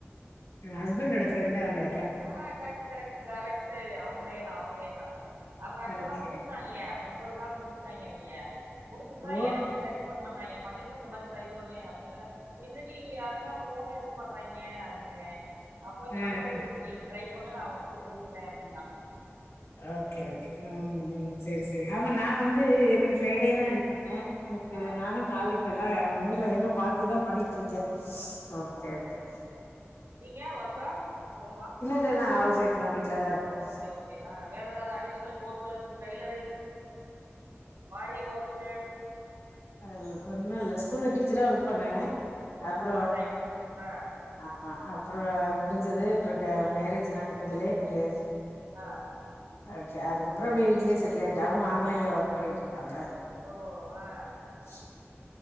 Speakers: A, on the left (about 85°); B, on the right (about 70°).
A: எ ஹஸ்பண்டோட ஃப்ரெண்டு அவுங்க
B: ஆ கரெக்ட் கரெக்ட் கரெக்ட் அவூங்ளேதா அவுங்ளேதா அவுங்க ஆக்சுவலா
A: ஓகே.
B: முடிச்சுட்டாஙிக முப்பது கால் முடிச்சிட்டாஙிக அவிங்க முடிச்சுட்டுதா
A: ஓ!
B: எனக்கு ரெக்கமண்ட் பண்ணாங்க பண்ணிட்டு இந்த மாரி ட்ரை பண்ணு அப்டின்ல்லா என்னடி யாருனா போனே எடுக்க மாட்றாஙிக அப்டின அப்போ இந்த
A: ஆ, ஆ.
B: நம்பர் கு ட்ரை பண்ணு நா அவுங்ககிட்ட சொல்லிறே அப்டினா
A: ஓகே ஓகே ம் ம் செரி செரி ஆனா நா வந்து எனக்கு ஃப்ரைடேதா
B: ஆ
A: இது பண்ணே எனக்கு
B: ஆ
A: நானு கால் இப்ப எல்லா எங்க ஊர்ல என்ன பாத்துதா பண்ணிட்டு இருக்கே ஓகே
B: ஆ
A: ஒகே
B: நீங்க ஒர்க்கா ஹோமா
A: இல்ல நான் ஹவுஸ் ஒய்ஃப் தான் வீட்ல தான் இருக்கேன்.
B: ஓகே ஓகே அ வேற எதாவுது அடிஷனல் கோர்சஸ் டைலரிங் ஆரி ஒர்க்கு
A: அ இல் ஒன்னு இல்ல ஸ்கூல்ல டீச்சரா ஒர்க் பண்ணேனே
B: ஒன்ஸ்
A: அப்ற
B: அப்பான் அ டைம் ஆ
A: ஆமா அப்ற முடிஞ்சது அப்புறங்க
B: ஆ
A: மேரேஜ் நாங்க கொஞ்ச லேட் மேரேஜ்
B: ஆ
A: ஆயிட்ச்சு அதுக்கப்புற அப்டியே வீ்ட்லயே செட்டில் ஆய்ட்டே அவுங்க ஆன்லைன்ல ஒர்க் பண்ணிட்ருக்காங்க
B: ஓ ஆ
A: <unintelligible>